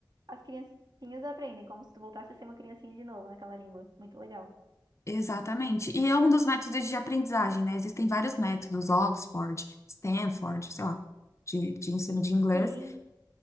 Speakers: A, on the right; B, on the left.
A: as criancinhas aprendem, como se tu voltasse a ser uma criancinha de novo naquela língua. Muito legal.
B: Exatamente. E é um dos métodos de aprendizagem, né? Existem vários métodos, Oxford, Stanford, sei lá, de, de ensino de inglês.
A: Sim.